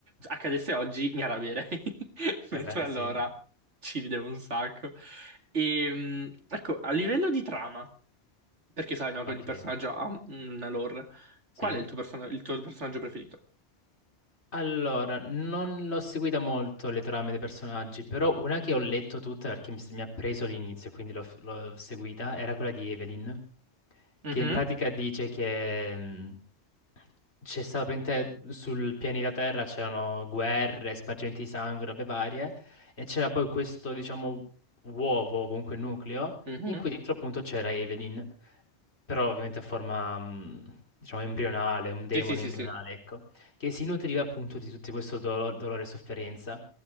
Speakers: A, on the right; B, on the left.
A: Accadesse oggi mi arrabbierei, <laughs>
B: Eh
A: mentre
B: beh,
A: allora
B: sì,
A: ci ridevo un sacco. E, ecco, a livello di trama. Perché sai, no,
B: ok,
A: che ogni personaggio ha un- una lore. Qual
B: sì.
A: è il tuo, persona- il tuo personaggio preferito?
B: Allora, non l'ho seguita molto le trame dei personaggi, però una che ho letto tutta perché mi, s- mi ha preso l'inizio, quindi l'ho f- l'ho seguita, era quella di Evelyn,
A: Mhm,
B: che in pratica dice che mh, c'è stato praticamente sul pianeta Terra c'erano guerre, spargimenti di sangue, robe varie, e c'era poi questo, diciamo, uovo, comunque nucleo,
A: mhm.
B: in cui dentro appunto c'era Evelyn però ovviamente a forma, mh, diciamo, embrionale, un demone
A: Sì, sì, sì,
B: embrionale,
A: sì.
B: ecco, che si nutriva appunto di tutto questo dolo- dolore e sofferenza.